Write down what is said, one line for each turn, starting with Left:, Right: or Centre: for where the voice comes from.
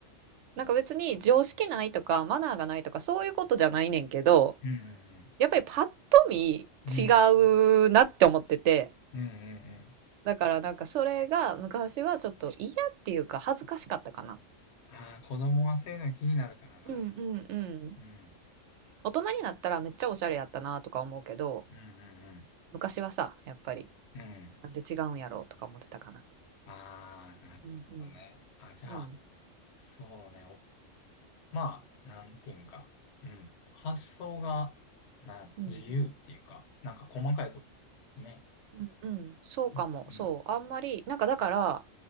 Right: なんか別に常識ないとかマナーがないとかそういうことじゃないねんけど、
Left: うん、
Right: やっぱりパッと見違
Left: うん、うん、
Right: うなって思ってて、
Left: うん、うん、うん。うん
Right: だからなんかそれが昔はちょっと嫌っていうか恥ずかしかったかな。
Left: ああ、子供はそういうの気になるからな。
Right: うんうんうん。
Left: うん、
Right: 大人になったらめっちゃおしゃれやったなとか思うけど、
Left: うん、うん、
Right: 昔はさ、やっぱり
Left: うん、うん。
Right: なんで違うんやろうとか思ってたかな。
Left: ああ、なるほどね。
Right: うんうん。
Left: あ、じゃあ、
Right: うん
Left: そうね。まあ、なんていうんか、うん。発想が、なんやろ、
Right: うんうん。
Left: 自由っていうか、なんか細かいこと。ね。
Right: うんうん、そうかも、
Left: うん。
Right: そう、あんまり、なんかだから、